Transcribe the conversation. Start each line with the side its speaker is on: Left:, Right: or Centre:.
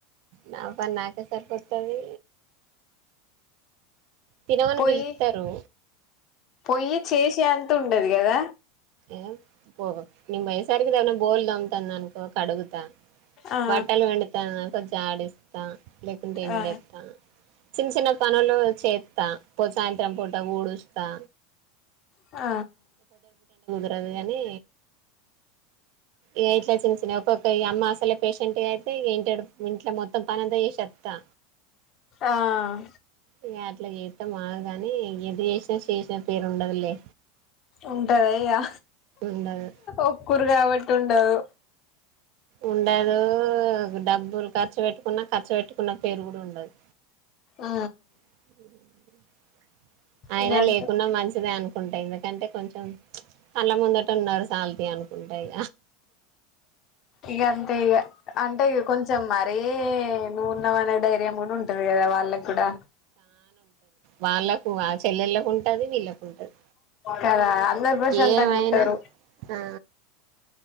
Right: నా పని నాకే సార్పోతవి దినవన్
Left: పొయ్యి
Right: విల్తారు
Left: పొయ్యి చేసే అంత ఉండది కదా
Right: ఏ పో నిమ్ వయసారికి దవన బోల్దు అంతంద అనీకో కడుగుతా
Left: ఆ
Right: బట్టలు పిండుతానుకొ జడిస్తా లేకుంటే ఎండేత్త
Left: ఆ
Right: చిన్న చిన్న పనులు చేస్తా ప్పు సాయంత్రం పూట ఊడుస్తా
Left: ఆ
Right: కాని ఇ ఇట్లా చిన్న చిన్న ఒ ఈ అమ్మ అసలే పేషెంట్ అయితే ఏంట ఇంట్లో మొత్తం పనిదయ్య చెశోత్తా
Left: ఆ
Right: ఇగ అట్లా చెత్త మాగ కానీ ఎంత చేేసినా శేషిన పేరుండదలే
Left: ఉంటదయ్యా
Right: ఉండదు
Left: ఒక్కరు కాబట్టి ఉండదు
Right: ఉండదు డబ్బులు ఖర్చు పెట్టుకున్న ఖర్చు పెట్టుకున్న పేరు కూడా ఉండదు
Left: ఆ
Right: <inaudible> అయినా
Left: ఇగ అంతే
Right: లేకున్నా మంచిదే అనుకుంటా ఇగ ఎందుకంటే కొంచెం కళ్ళ ముందట ఉన్నారు చాలత అనుకుంటా ఇ
Left: ఇగ అంతే ఇగ అంటే ఇ కొంచెం మరీ నూఉన్నావ్ అనే డైర్యం కూడా ఉంటుది కదా వా అల్ల కూడాడా
Right: వాళ్ళలకు ఆ చెల్లెళలకు ఉంటది వీళ్ళకు ఉంటది
Left: కదా అందరు ప్రశాంతంగా
Right: ఏమైనా
Left: ఉంటారు
Right: ఆ